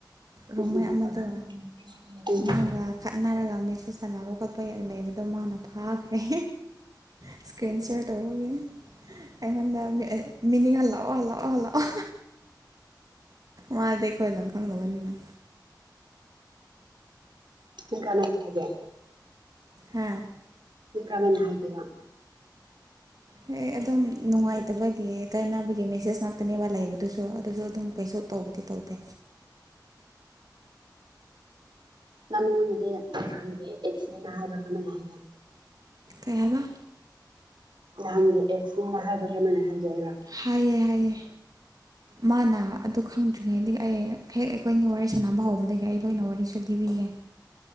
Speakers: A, on the right (about 55°); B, on the right (about 90°).
A: ꯔꯃꯩ
B: ꯎꯝ ꯎꯝ
A: ꯑꯃꯃꯗ ꯃꯥ ꯈꯠꯅꯔꯒ ꯃꯦꯆ ꯁꯥꯟꯅꯕ ꯈꯣꯠꯄ ꯌꯥꯝ ꯂꯩꯕꯗꯣ ꯃꯥꯅ ꯐꯥꯈ꯭ꯔꯦ ꯏꯁꯀ꯭ꯔꯤꯟ ꯁꯤꯌꯔ ꯊꯧꯕ ꯌꯥꯏ ꯑꯩꯉꯣꯟꯗ ꯃꯤꯅꯤꯡ ꯍꯜꯂꯛꯑꯣ ꯍꯜꯂꯛꯑꯣ ꯍꯜꯂꯛꯑꯣ ꯃꯥꯗꯤ ꯑꯩꯈꯣꯏ ꯂꯝ ꯈꯪꯗꯕꯅꯤꯅ
B: ꯏꯀꯅꯤ ꯍꯥꯏꯒꯦ
A: ꯍꯥꯥ
B: ꯀꯅꯥꯅ ꯍꯥꯏꯒꯦꯕ
A: ꯍꯦ ꯑꯗꯨꯝ ꯅꯨꯡꯉꯥꯏꯇꯕꯒꯤ ꯀꯥꯏꯅꯕꯒꯤ ꯃꯦꯁꯦꯖ ꯉꯥꯛꯇꯅꯦꯕ ꯂꯩꯕꯗꯨꯁꯨ ꯑꯗꯨꯁꯨ ꯑꯗꯨꯝ ꯀꯩꯁꯨ ꯇꯧꯕꯗꯤ ꯇꯧꯗꯦ
B: ꯃꯉꯣꯟꯗꯗꯤ ꯅꯍꯥꯟꯒꯤ ꯑꯦꯛꯁꯤꯗꯦꯟꯅꯦ ꯍꯥꯏꯕ꯭ꯔ ꯀꯩꯅꯣꯝꯃ ꯍꯥꯏꯅꯦ
A: ꯀꯩꯍꯥꯏꯕ
B: ꯅꯍꯥꯟꯒꯤ ꯑꯦꯛꯁꯅꯦꯅ ꯍꯥꯏꯕ ꯀꯔꯃꯥꯏꯅ ꯍꯥꯏꯒꯦ ꯍꯥꯏꯕ
A: ꯍꯥꯏꯌꯦ ꯍꯥꯏꯌꯦ ꯃꯥꯅ ꯑꯗꯨ ꯈꯪꯗ꯭ꯔꯤꯉꯩꯗꯒꯤ ꯑꯩ ꯍꯦꯛ ꯑꯩꯈꯣꯏꯅꯤ ꯋꯥꯔꯤ ꯁꯥꯟꯅꯕ ꯍꯧꯕꯗꯒꯤ ꯑꯩ ꯂꯣꯏꯅ ꯋꯥꯔꯤꯁꯨ ꯂꯤꯕꯤꯒꯦ